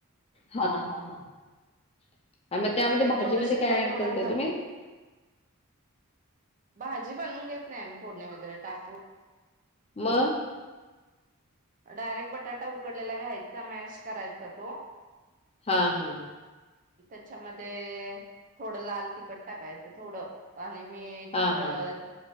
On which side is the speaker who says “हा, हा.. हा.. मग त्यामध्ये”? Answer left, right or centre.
Left